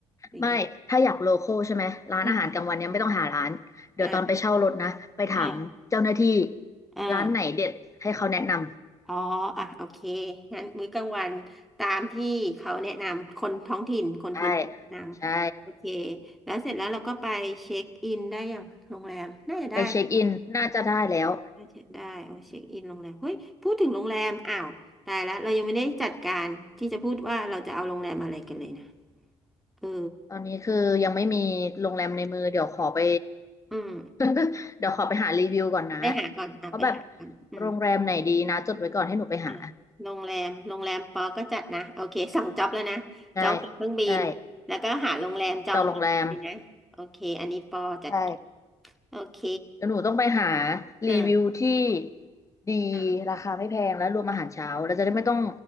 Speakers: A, in the centre; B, on the left.
A: หรือยังไง
B: ไม่ถ้าอยากโลคอลใช่ไหมร้านอาหารกลางวันเนี่ยไม่ต้องหาร้านเดี๋ยวตอนไปเช่ารถนะไปถามเจ้าหน้าที่
A: อืมอ่าอ่าอ่า
B: ร้านไหนเด็ดให้เขาแนะนำ
A: อ๋ออ่ะโอเคงั้นมื้อกลางวันตามที่เขาแนะนำคนท้องถิ่นคนพื้นที่แนะนำโอเค
B: ใช่ใช่
A: แล้วเสร็จแล้วเราก็ไปเช็คอินได้อย่างโรงแรมน่าจะได้
B: ไปเช็คอินน่าจะได้แล้ว
A: น่าเช็คได้โอ้เช็คอินโรงแรมเฮ้ยพูดถึงโรงแรมอ้าวตายละเรายังไม่ได้จัดการที่จะพูดว่าเราจะเอาโรงแรมอะไรกันเลยนะเออ
B: ตอนนี้คือยังไม่มีโรงแรมในมือเดี๋ยวขอไป
A: อืม
B: <laughs> เดี๋ยวขอไปหารีวิวก่อนนะ
A: ไปหาก่อนอ่ะไปหาก่อนอืม
B: ว่าแบบโรงแรมไหนดีนะจดไว้ก่อนให้หนูไปหา
A: อ่ะโรงแรมโรงแรมปอก็จัดนะโอเคสั่งจ็อบแล้วนะจองตั๋วเครื่องบินแล้วก็หาโรงแรมจองโรงแรมเลยนะโอเคอันนี้ปอจัด
B: ใช่ใช่ต่อโรงแรมใช่
A: โอเค
B: เดี๋ยวหนูต้องไปหารีวิวที่
A: อ่า
B: ดี
A: อ่า
B: ราคาไม่แพงและรวมอาหารเช้าเราจะได้ไม่ต้อง